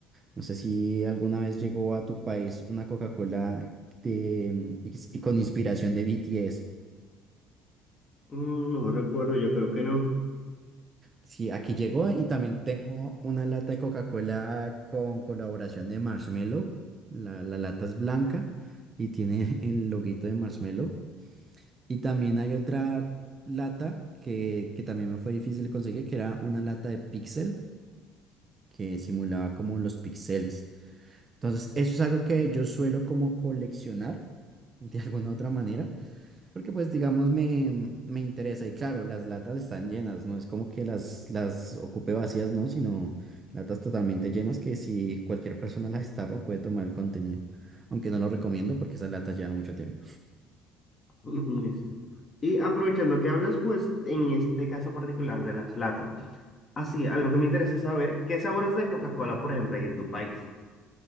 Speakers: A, on the right; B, on the left.
A: No sé si alguna vez llegó a tu país una Coca-Cola de, mm, ex- y con inspiración de BTS.
B: Mm, No recuerdo, yo creo que no.
A: Sí, aquí llegó y también tengo una lata de Coca-Cola con colaboración de Marshmello. La, la lata es blanca y tiene <laughs> el loguito de Marshmello. Y también hay otra lata que, que también me fue difícil conseguir, que era una lata de Pixel que simulaba como los píxeles. Entonces, eso es algo que yo suelo como coleccionar de alguna otra manera. Porque pues digamos me, me interesa y claro, las latas están llenas, no es como que las, las ocupe vacías, no, sino latas totalmente llenas que si cualquier persona las tapa puede tomar el contenido, aunque no lo recomiendo porque esas latas llevan mucho tiempo.
B: <laughs> Este. Y aprovechando que hablas, pues en este caso particular de las latas. Así, algo que me interesa saber, ¿qué sabores de Coca-Cola, por ejemplo, hay en tu país?